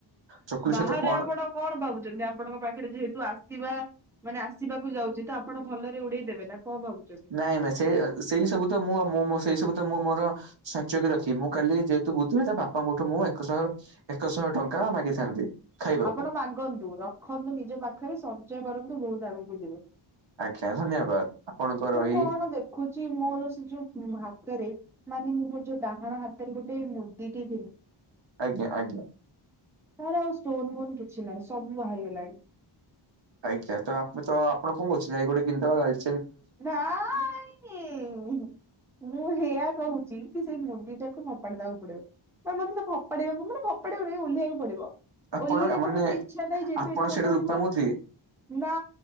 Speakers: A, on the right (about 60°); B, in the centre.
A: ଚକୁଲି
B: ବାହାରେ
A: ସହିତ କଣ
B: ଆପଣ କଣ ଭାବୁଛନ୍ତି ଆପଣଙ୍କ ପାଖରେ ଯେହେତୁ ଆସିବା ମାନେ ଆସିବାକୁ ଯାଉଛି ତ ଆପଣ ଭଲରେ ଉଡେଇ ଦେବେ ନା କଣ ଭାବୁଛନ୍ତି?
A: ନାଇଁ ନାଇଁ ସେଇ ଅ ସେଇ ସବୁ ତ ମୁଁ ଆଉ ମୋ ମ ସେଇ ସବୁ ତ ମୁଁ ମ ଅ ସଞ୍ଚୟ କରି ରଖି ମୁଁ କାଲି ଯେହେତୁ ବୁଝିବି ତା ବାପାଙ୍କଠୁ ମୁଁ ଏକ ଶହ ଏକ ଶହ ଟଙ୍କା ମାଗିଥାନ୍ତି। ଖାଇବାକୁ
B: ଆପଣ ମାଗନ୍ତୁ, ରଖନ୍ତୁ ନିଜ ପାଖରେ ସଞ୍ଚୟ କରନ୍ତୁ ବହୁତ ଆଗକୁ ଯିବେ।
A: ଆଜ୍ଞା ଧନ୍ୟବାଦ ଆପଣଙ୍କର
B: ମୁଁ
A: ଏହି
B: କଣ ଦେଖୁଛି ମୋର ସେ ଯୋଉ ହାତରେ ମାନେ ମୁଁ। ଯୋଉ ଡାହାଣ ହାତରେ ଗୋଟେ ମୁଦି ଟିି
A: ଆଜ୍ଞା ଆଜ୍ଞା।
B: ତାର ଆଉ ଷ୍ଟୋନ ବୋନ କିଛି ନାହିଁ ସବୁ ବାହାରିଗଲାଣି।
A: ଆଜ୍ଞା ତ ଆପେ ତ ଆପଣ କଣ କରହୁଛନ୍ତି ଯାଇ ଗୋଟେ କିନ୍ ଚାଲିଛି।
B: ନାଇ ମୁଁ ହେୟା କହୁଛି। କି ସେଇ ମୁଡି ଟାକୁ ଫପା ଦବାକୁ ପଡିବ ମାନେ ମାନେ ଫପାଡବାକୁ ମାନେ ଫପାକୁ ଓଲ୍ହେଇବାକୁ ପଡିବ।
A: ଆପଣ
B: ଓଲିକୁ
A: ମାନେ
B: ମତେ ଇଚ୍ଛା ନାହିଁ ଯେହେତୁ
A: ଆପଣ
B: ଏଇଟା ମତେ
A: ସେଇଟା
B: ଗୋଟେ
A: ରୂପା
B: ମୋର
A: ମୁଦି
B: ନା